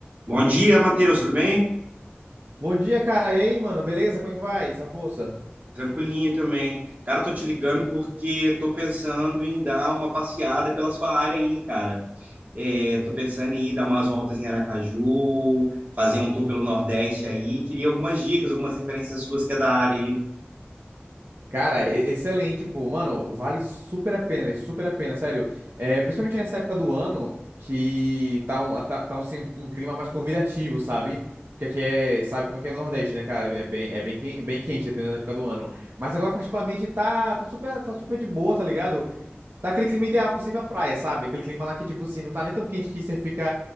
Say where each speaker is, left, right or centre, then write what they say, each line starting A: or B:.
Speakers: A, on the right; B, on the right.
A: Bom dia, Matheus, tudo bem?
B: Bom dia, cara. E aí, mano? Beleza? Como é que vai? Essa força?
A: Tranquilinho também. Cara, tô te ligando porque tô pensando em dar uma passeada pela sua área aí, cara. É, tô pensando em ir dar umas voltas em Aracaju, fazer um tour pelo Nordeste aí. Queria algumas dicas, algumas referências suas que é da área aí.
B: Cara, e- excelente, pô. Mano, vale super a pena, velho. Super a pena, sério. É, principalmente nessa época do ano que tá um, tá, tá um, assim, um- um clima mais convidativo, sabe? Porque aqui é, sabe como é que é o Nordeste, né, cara? É bem, é bem, quen- bem quente, dependendo da época do ano. Mas agora, particularmente, tá, tá super, tá super de boa, tá ligado? Tá aquele clima ideal pra você ir pra praia, sabe? Aquele clima lá que, tipo assim, não tá nem tão quente que você fica